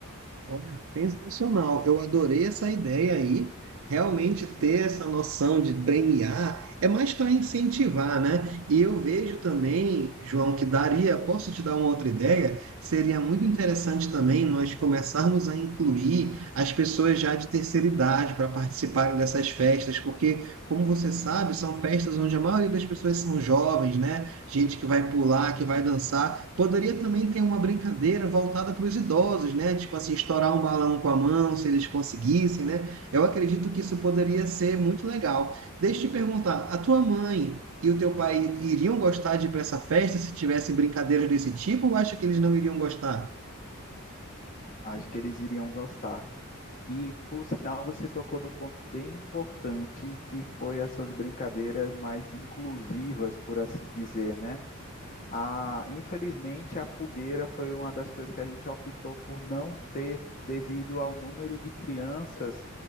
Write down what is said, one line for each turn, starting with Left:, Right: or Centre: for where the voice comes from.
Right: Olha, sensacional. Eu adorei essa ideia aí. Realmente ter essa noção de premiar é mais para incentivar, né? E eu vejo também, João, que daria, posso te dar uma outra ideia? Seria muito interessante também nós começarmos a incluir as pessoas já de terceira idade para participarem dessas festas, porque, como você sabe, são festas onde a maioria das pessoas são jovens, né? Gente que vai pular, que vai dançar. Poderia também ter uma brincadeira voltada para os idosos, né? Tipo assim, estourar um balão com a mão, se eles conseguissem, né? Eu acredito que isso poderia ser muito legal. Deixa eu te perguntar, a tua mãe e o teu pai iriam gostar de ir para essa festa se tivessem brincadeiras desse tipo, ou acha que eles não iriam gostar?
Left: Acho que eles iriam gostar. E, por sinal, você tocou num ponto bem importante, que foi essas brincadeiras mais inclusivas, por assim dizer, né? A, infelizmente, a fogueira foi uma das coisas que a gente optou por não ter, devido ao número de crianças